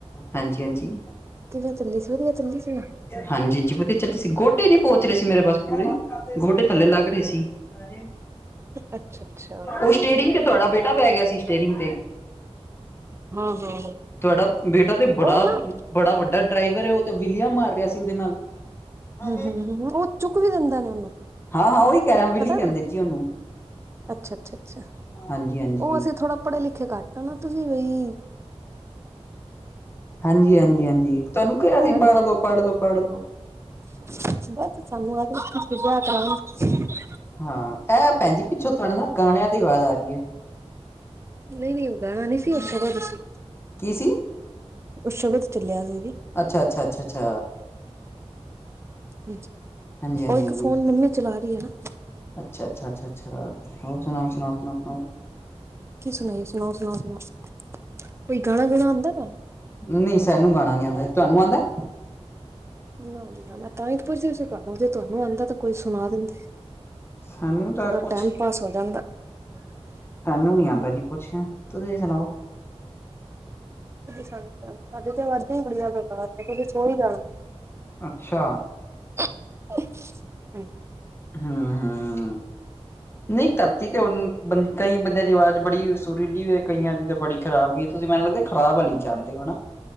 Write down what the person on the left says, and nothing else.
ਹਾਂਜੀ ਹਾਂਜੀ।
ਹਾਂਜੀ, ਹਾਂਜੀ ਵਧੀਆ ਚੱਲੀ ਸੀ ਗੋਡੇ ਨੀ ਪਹੁੰਚ ਰਹੇ ਸੀ ਮੇਰੇ ਬਸ ਪੂਰੇ ਗੋਡੇ ਥੱਲੇ ਲੱਗ ਰਹੇ ਸੀ। ਅਰੇ।
ਉਹ ਸਟੇਰਿੰਗ ਤੇ ਤੁਹਾਡਾ ਬੇਟਾ ਬੈ ਗਿਆ ਸੀ ਸਟੇਰਿੰਗ ਤੇ
ਤੁਹਾਡਾ ਬੇਟਾ ਤੇ ਬੜਾ,
ਬੜਾ ਵੱਡਾ ਡਰਾਈਵਰ ਏ ਉਹ ਤਾਂ ਵਿਲੀਆ ਮਾਰ ਰਿਹਾ ਸੀ ਉਦੇ ਨਾਲ। ਹਾਂ
ਹਾਂ ਓਹੀ ਕਹਿ ਰਾ ਵਿਲੀ
ਕਹਿੰਦੇ
ਜੀ ਉਹਨੂੰ।
ਹਾਂਜੀ, ਹਾਂਜੀ।
ਹਾਂਜੀ, ਹਾਂਜੀ, ਹਾਂਜੀ ਤੁਹਾਨੂੰ ਕਿਹਾ ਸੀ
ਪੜ ਲੋ, ਪੜ ਲੋ, ਪੜ ਲੋ।
ਹਾਂ ਐਹ ਭੈਣ ਜੀ ਪਿੱਛੋਂ ਤਹਾਡੇ ਨਾ ਗਾਣਿਆਂ ਦੀ ਆਵਾਜ਼ ਆ ਰਹੀ ਐ।
ਕੀ ਸੀ?
ਅੱਛਾ, ਅੱਛਾ, ਅੱਛਾ। ਅੱਛਾ
ਹਾਂਜੀ ਹਾਂਜੀ
ਹਾਂਜੀ
ਅੱਛਾ, ਅੱਛਾ, ਅੱਛਾ, ਅੱਛਾ ਹੋਰ ਸੁਣਾਓ, ਸੁਣਾਓ, ਸੁਣਾਓ ਸੁਣਾ
ਨਹੀਂ ਸਾਨੂੰ ਗਾਣਾ ਨੀ ਆਉਂਦਾ। ਤੁਹਾਨੂੰ ਆਉਂਦਾ?
ਸਾਨੂੰ ਤਾਂ
ਕੁਛ
ਸਾਨੂੰ ਨੀ ਆਦਾ ਜੀ ਕੁਛ। ਤੁਸੀਂ ਸੁਣਾਓ?
ਅੱਛਾ।
ਹੂੰ ਹੂੰ ਨਹੀਂ ਧਰਤੀ ਤੇ ਹੁਣ ਬੰ ਕਈ ਬੰਦਿਆਂ ਦੀ ਆਵਾਜ਼ ਬੜੀ ਸੁਰੀਲੀ ਵੇ ਕਈਆਂ ਦੀ ਤਾਂ ਬੜੀ ਖਰਾਬ ਵੀ ਐ ਤੁਸੀਂ ਮੈਨੂੰ ਲੱਗਦੇ ਖਰਾਬ ਆਲੀ ਚ ਆਦੇ ਹੋ ਹੈਨਾ?